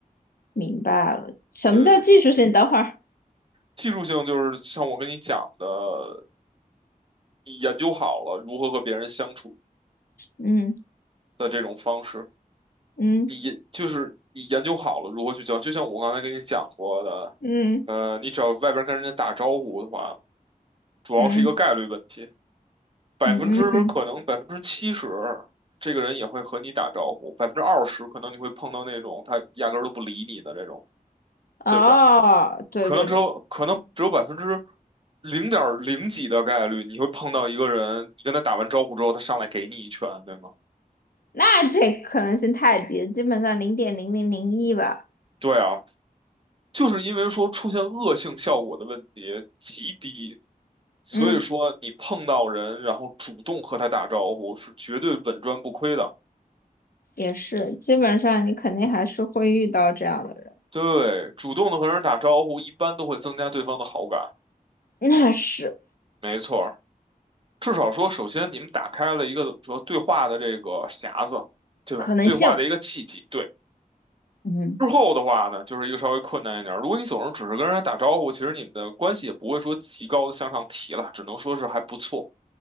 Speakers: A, on the left; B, on the right.
A: 明白了，什么叫技术性？
B: 对，
A: 等会儿，
B: 技术性就是像我跟你讲的，你研究好了如何和别人相处
A: 嗯
B: 的这种方式。
A: 嗯
B: 你研就是你研究好了如何去教，就像我刚才跟你讲过的，
A: 嗯
B: 呃，你只要外边跟人家打招呼的话，主要是一个概率问题，
A: 嗯
B: 百分之可能百分之七十，
A: 嗯嗯，
B: 这个人也会和你打招呼，百分之二十可能你会碰到那种他压根儿都不理你的这种，
A: 哦，
B: 对不对？
A: 对对对，
B: 可能只有可能只有百分之零点零几的概率，你会碰到一个人，你跟他打完招呼之后，他上来给你一拳，对吗？
A: 那这可能性太低了基本上零点零零零一吧。
B: 对啊，就是因为说出现恶性效果的问题极低，所以说你碰到人，
A: 嗯，
B: 然后主动和他打招呼是绝对稳赚不亏的。
A: 也是，基本上你肯定还是会遇到这样的人，
B: 对，主动的和人打招呼，一般都会增加对方的好感。
A: 那是
B: 没错儿，至少说，首先你们打开了一个怎么说对话的这个匣子，对吧？
A: 可能性。
B: 对话的一个契机。对，
A: 嗯，
B: 之后的话呢，就是一个稍微困难一点儿。如果你总是只是跟人家打招呼，其实你们的关系也不会说极高的向上提了，只能说是还不错。